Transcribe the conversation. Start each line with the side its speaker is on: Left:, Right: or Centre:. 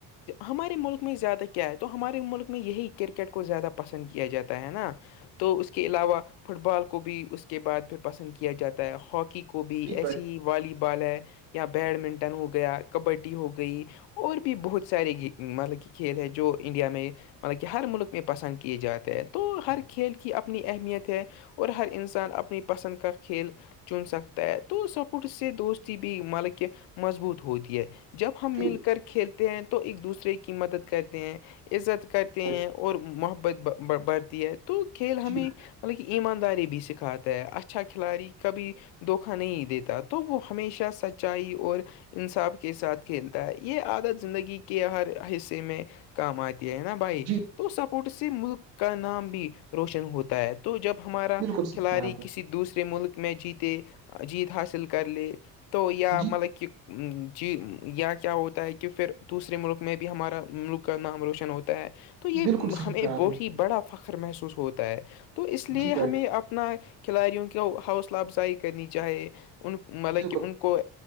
Left: ہمارے ملک میں زیادہ کیا ہے تو ہمارے ملک میں یہی کرکٹ کو زیادہ پسند کیا جاتا ہے نا تو اس کے علاوہ فٹ بال کو بھی اس کے بعد پھر پسند کیا جاتا ہے ہاکی کو کو بھی
Right: جی
Left: ایسی والی بال ہے یا بیڈمنٹن ہو گیا کبڈی ہو گئی اور بھی بہت سارے گیم مطلب کہ کھیل ہے جو انڈیا میں مطلب کہ ہر ملک میں پسند کیے جاتے ہیں تو ہر کھیل کی اپنی اہمیت ہے اور ہر انسان اپنی پسند کھیل چن سکتا ہے تو سپورٹ سے دوستی بھی مطلب کہ مضبوط ہوتی ہے جب ہم مل
Right: بھائی
Left: کر کھیلتے ہیں تو ایک دوسرے کی مدد کرتے ہیں عزت کرتے
Right: جان
Left: ہیں اور محبت بڑھتی ہے تو کھیل
Right: بالکل صحیح
Left: ہمیں
Right: کہا جی بھائی جان جی بھائی جان جی بھائی جان جی بھائی-
Left: مطلب کہ ایمانداری بھی سکھاتا ہے اچا اچھا کھلاڑی کبھی دھوکا نہیں دیتا تو وہ ہمیشہ سچائی اور انصاف کے ساتھ کھیلتا ہے یہ عادت زندگی کے ہر حصے میں کام آتی ہے نا بھائی
Right: جی
Left: تو سپورٹ سے ملک کا نام بھی روشن ہوتا ہے تو جب ہمارا
Right: بالکل صحیح
Left: کھلاڑی
Right: کہا آپ نے
Left: کسی دوسرے ملک میں جیتے جیت حاصل کر لے تو یا
Right: جی
Left: مطلب کہ جی یا کیا ہوتا ہے کہ پھر دوسرے ملک میں بھی ہمارا ملک کا نام روشن ہوتا ہے تو یہ
Right: بالکل صحیح
Left: ہمیں
Right: کہا آپ
Left: بہت
Right: نے
Left: ہی بڑا فخر محسوس ہوتا ہے تو اس لیے
Right: جی بھائی
Left: ہمیں
Right: جان
Left: اپنا کھلاڑیوں کے حاصلہ افزائی کرنی چاہے ان مطلب
Right: بالکل
Left: کہ ان کو